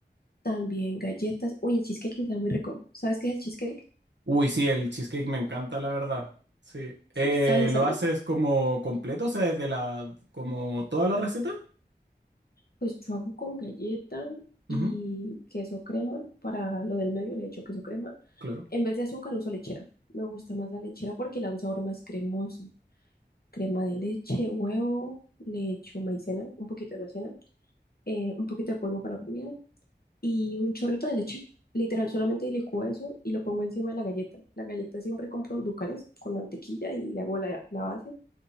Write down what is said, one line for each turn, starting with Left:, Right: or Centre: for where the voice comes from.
Left: También galletas, uy, el cheesecake me queda muy rico. ¿Sabes qué es el cheesecake?
Right: Uy, sí, el cheesecake me encanta, la verdad. Sí.
Left: Sí.
Right: Eh,
Left: ¿Sabes hacerlo?
Right: ¿lo haces como completo? O sea, desde la, como toda la receta.
Left: Pues yo hago con galleta y
Right: Ujú,
Left: queso crema, para lo del medio le echo queso crema.
Right: Claro.
Left: En vez de azúcar uso lechera. Me gusta más la lechera porque le da un sabor más cremoso. crema de leche, huevo, le echo maicena, un poquito de maicena, eh, un poquito de polvo para hornear y un chorrito de leche. Literal, solamente licúo eso y lo pongo encima de la galleta. La galleta siempre compro ducales con mantequilla y le hago la, la base